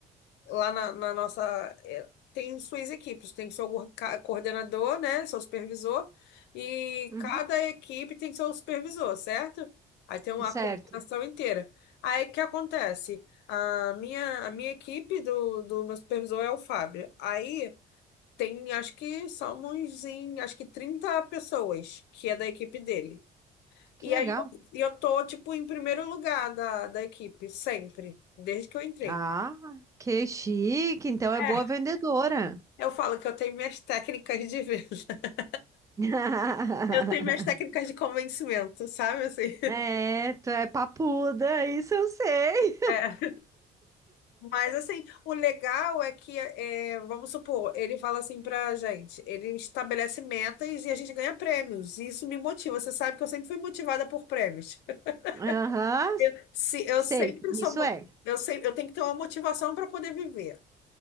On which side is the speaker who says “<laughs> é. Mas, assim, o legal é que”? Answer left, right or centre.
Left